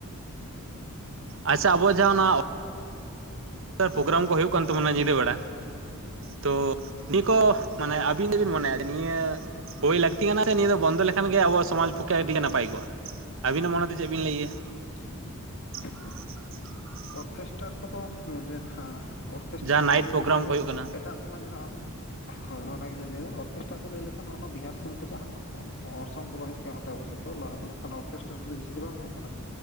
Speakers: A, on the left; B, on the right.
A: <unintelligible>
B: ᱟᱪᱪᱷᱟ ᱟᱵᱚᱣ ᱟᱜ ᱡᱟᱦᱟᱸ ᱚᱱᱟ ᱯᱨᱳᱜᱨᱟᱢ ᱠᱚ ᱦᱩᱭᱩᱜ ᱠᱟᱱ ᱛᱟᱵᱚᱱᱟ ᱧᱤᱫᱟᱹ ᱵᱮᱲᱟ ᱛᱚ ᱱᱤᱭᱟᱹ ᱠᱚ
A: ᱦᱮᱸ
B: ᱢᱟᱱᱮ ᱟᱹᱵᱤᱱ ᱫᱚᱵᱤᱱ ᱢᱚᱱᱮᱭᱟ ᱱᱤᱭᱟᱹ ᱦᱩᱭ ᱞᱟᱹᱠᱛᱤ ᱠᱟᱱᱟ ᱥᱮ ᱱᱤᱭᱟᱹ ᱫᱚ ᱵᱚᱱᱫᱚ ᱞᱮᱠᱷᱟᱱ ᱜᱮ ᱟᱵᱚᱣᱟᱜ ᱥᱚᱢᱟᱡᱽ ᱯᱚᱠᱠᱷᱮ ᱟᱹᱰᱤ ᱜᱮ ᱱᱟᱯᱟᱭ ᱠᱚᱜᱼᱟ? ᱟᱹᱵᱤᱱᱟᱜ ᱢᱚᱱᱮᱛᱮ ᱪᱮᱫ ᱵᱤᱱ ᱞᱟᱹᱭᱟ ᱮᱜ ᱟ?
A: <unintelligible>
B: <unintelligible>
A: ᱚᱨᱠᱮᱥᱴᱟᱨ ᱠᱚᱫᱚ ᱧᱮᱞ ᱵᱮᱤ ᱚᱨᱠᱮᱥᱴᱟᱨ
B: ᱡᱟᱦᱟᱸ
A: ᱛᱮ
B: ᱱᱟᱭᱤᱴ
A: ᱦᱟᱸᱜ ᱞᱟᱹᱭ
B: ᱯᱨᱳᱜᱨᱟᱢ
A: ᱞᱮᱠᱷᱟᱱ ᱫᱚ
B: ᱠᱚ ᱦᱩᱭᱩᱜ ᱠᱟᱱᱟ
A: ᱮᱴᱟᱜ ᱥᱚᱢᱟᱡᱽ ᱨᱮᱱᱟᱜ ᱦᱳᱭ ᱦᱳᱭ ᱱᱟᱜᱷ ᱚᱱᱟᱜᱮᱞᱤᱧ ᱞᱟᱹᱭᱫᱟ ᱚᱨᱠᱮᱥᱴᱨᱟ ᱫᱚ ᱞᱟᱹᱭ ᱞᱮᱠᱷᱟᱱ ᱚᱱᱟ ᱵᱤᱦᱟᱨ ᱥᱮᱱ ᱠᱷᱚᱡᱟᱜ ᱦᱟᱸᱜ ᱚᱨᱥᱚᱝ ᱵᱚᱞᱚ ᱦᱮᱡ ᱱᱚᱛᱮ ᱟᱵᱚ ᱥᱮᱫ ᱫᱚ ᱞᱟᱦᱟ ᱫᱚ ᱵᱟᱝᱠᱷᱟᱱ ᱚᱨᱠᱮᱥᱴᱟᱨ ᱠᱚᱫᱚ ᱵᱤᱥᱤ ᱫᱚ ᱵᱟᱝ ᱛᱟᱦᱮᱸ ᱠᱟᱱᱟ